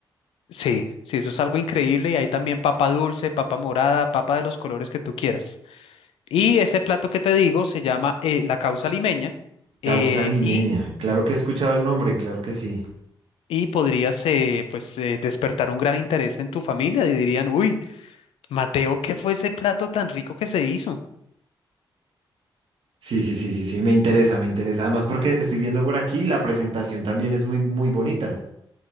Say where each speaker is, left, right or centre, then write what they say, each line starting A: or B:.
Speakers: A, on the left; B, on the right.
A: sí, sí, eso es algo increíble y hay también papa dulce, papa morada, papa de los colores que tú quieras. Y ese plato que te digo se llama eh, la causa limeña eh,
B: Causa limeña.
A: y...
B: Claro que he escuchado el nombre, claro que sí.
A: y podrías eh, pues eh, despertar un gran interés en tu familia y dirían, uy, Mateo, ¿qué fue ese plato tan rico que se hizo?
B: Sí, sí, sí, sí, sí, me interesa, me interesa. Además, porque estoy viendo por aquí, la presentación también es muy, muy bonita.